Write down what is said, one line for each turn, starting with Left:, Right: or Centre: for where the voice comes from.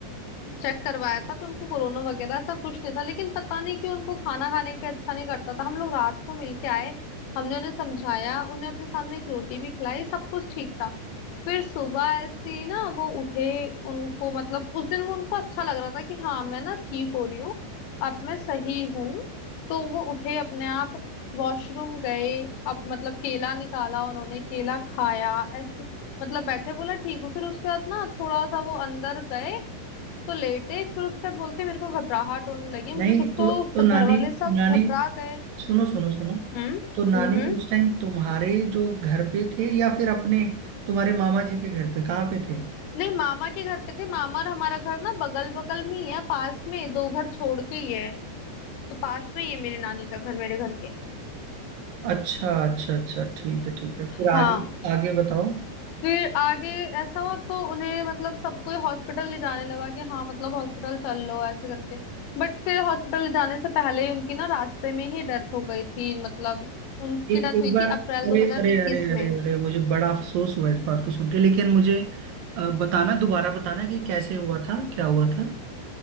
Left: चेक करवाया था तो उनको कोरोना वगैरह ऐसा कुछ नहीं था लेकिन पता नहीं क्यों उनको खाना खाने का अच्छा नहीं करता था हम लोग रात को मिलके आए हमने उन्हें समझाया उन्हें अपने सामने एक रोटी भी खिलाई सब कुछ ठीक था फिर सुबह ऐसे ही ना वो उठे उनको मतलब उस दिन वो उनको अच्छा लग रहा था कि हाँ मैं ना ठीक हो रही हूँ अब मैं सही हूँ तो वो उठे अपने आप वॉशरूम गए अब मतलब केला निकाला उन्होंने केला खाया ऐसे मतलब बैठे बोला ठीक हो फिर उसके बाद ना थोड़ा सा वो अंदर गए तो लेटे फिर उसके बाद बोलते मेरे को घबराहट होने लगी मुझे
Right: नहीं
Left: कुछ
Right: तो
Left: तो
Right: तो
Left: सब
Right: नानी
Left: घर वाले सब
Right: नानी
Left: घबरा गए
Right: सुनो सुनो सुनो
Left: हम्म
Right: तो नानी
Left: हम्म हम्म
Right: उस टाइम तुम्हारे जो घर पे थे या फिर अपने तुम्हारे मामा जी के घर पे कहाँ पे थे
Left: नहीं मामा के घर पे थे मामा और हमारा घर ना बगल बगल में ही है पास में दो घर छोड़ के ही है तो पास में ही है मेरी नानी का घर मेरे घर के
Right: अच्छा अच्छा अच्छा ठीक है ठीक है फिर आगे
Left: हाँ
Right: आगे बताओ
Left: फिर आगे ऐसा हुआ तो उन्हें मतलब सब कोई हॉस्पिटल ले जाने लगा कि हाँ मतलब हॉस्पिटल चल लो ऐसे करके बट फिर हॉस्पिटल ले जाने से पहले ही उनकी ना रास्ते में ही डेथ हो गई थी मतलब उनकी
Right: एक
Left: डेथ
Right: एक
Left: हुई
Right: बार
Left: थी
Right: अरे
Left: अप्रैल 2021
Right: अरे अरे
Left: में
Right: अरे अरे मुझे बड़ा अफसोस हुआ इस बात को सुन के लेकिन मुझे अ, बताना दोबारा बताना कि कैसे हुआ था क्या हुआ था